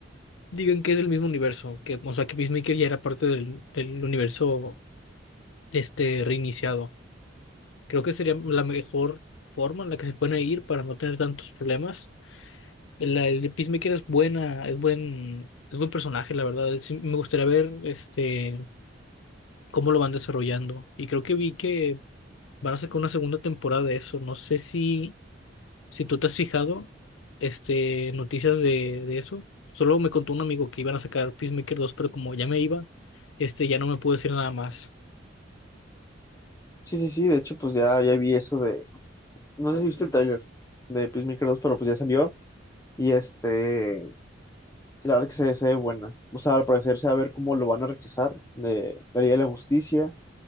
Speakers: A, on the left; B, on the left.
A: digan que es el mismo universo, que, o sea, que Peacemaker ya era parte del, del universo este reiniciado. Creo que sería la mejor forma en la que se pueden ir para no tener tantos problemas La, el de Peacemaker es buena, es buen, es buen personaje, la verdad. Sí, me gustaría ver este cómo lo van desarrollando. Y creo que vi que van a sacar una segunda temporada de eso. No sé si, si tú te has fijado, este, noticias de, de eso. Solo me contó un amigo que iban a sacar Peacemaker dos pero como ya me iba, este, ya no me pude decir nada más.
B: Sí, sí, sí, de hecho pues ya, ya vi eso de, no sé si viste el trailer de Peacemaker 2 pero pues ya salió y este, la verdad que se, se ve buena, o sea, al parecer se va a ver cómo lo van a rechazar de la Liga de la Justicia